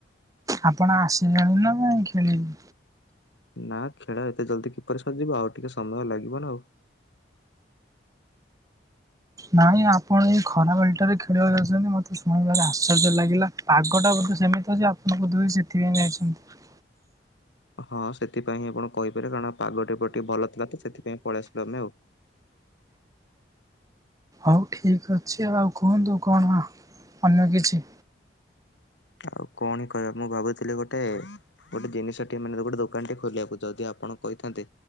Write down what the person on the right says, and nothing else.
ଆପଣ ଆସିିଲେଣି ନା ନାଇଁ ଖେଳିବେ।
ନାଇଁ ଆପଣ ଏଇ ଖରା ବେଳଟାରେ ଖେଳିବାକୁ ଯାଉଛନ୍ତି ମୋତେ ଶୁଣିକି ଭାରି ଆଶ୍ଚର୍ଯ୍ୟ ଲାଗିଲା। ପାଗଟା ବୋଧେ ସେମିତି ଅଛି ଆପଣ ବୋଧହୁଏ ସେଥିପାଇଁ ଯାଇଛନ୍ତି।
ହଉ ଠିକ୍ ଅଛି ଆଉ କୁହନ୍ତୁ କଣ ଅନ୍ୟ କିଛି।